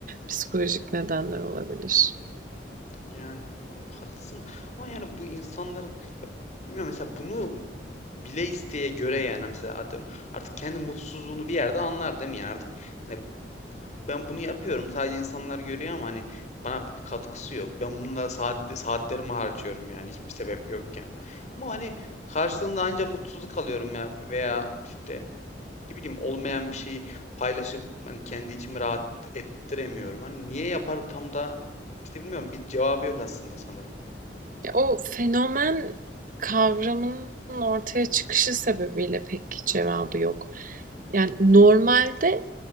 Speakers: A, on the right; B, on the left.
A: psikolojik nedenler olabilir.
B: yani o haklısın ama yani bu insanların ya bilmiyorum mesela bunu bile isteye göre yani mesela adam artık kendi mutsuzluğunu bir yerde anlar değil mi yani artık Hani ben bunu yapıyorum. Sadece insanlar görüyor ama hani bana bir katkısı yok. Ben bunlara saatli, saatlerimi harcıyorum yani hiçbir sebep yokken. Ama hani karşılığında ancak mutsuzluk alıyorum ya veya işte ne bileyim olmayan bir şeyi paylaşıp hani kendi içimi rahat ettiremiyorum. Hani niye yapar tam da işte bilmiyorum bir cevabı yok aslında sanırım.
A: O fenomen kavramının ortaya çıkışı sebebiyle pek cevabı yok. Yani normalde